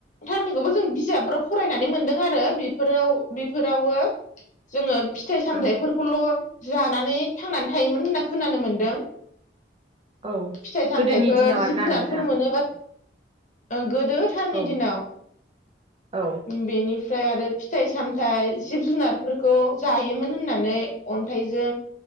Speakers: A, on the left; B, on the right.
A: थारनिखौबो जों बिजाबफ्राव फरायनानै मोनदों आरो बेफोराव बेफोरावबो जोङो फिथाइ सामथाइफोरखौल'
B: ओं
A: जानानै थांनानै थायोमोन होनना खोनानो मोनदों
B: औ
A: फिथाइ सामथाइफोर
B: गोदोनि दिनाव आरोना
A: जिब जुनारफोर
B: नोंथां
A: मोनोबा ओं गोदो थाननि
B: औ
A: दिनाव
B: औ
A: ओं बेनि ओमफ्राय आरो फिथाइ सामथाइ जिब जुनारफोरखौ जायोमोन होननानै अन्थाइजों